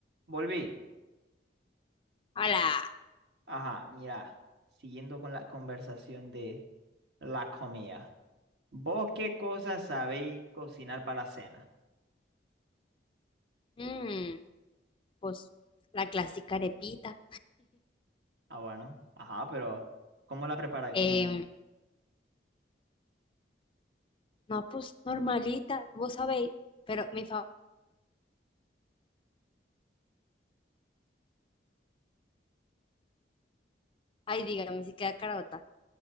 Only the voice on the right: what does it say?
Volví.
Ajá, mira, siguiendo con la conversación de la comida. ¿Vos qué cosas sabéis cocinar para la cena?
Ah, bueno, ajá, pero ¿cómo la preparáis?
¿Cómo?